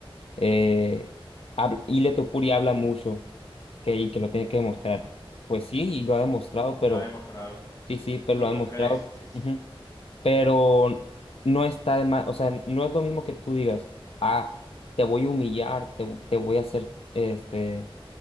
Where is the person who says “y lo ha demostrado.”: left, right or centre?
Left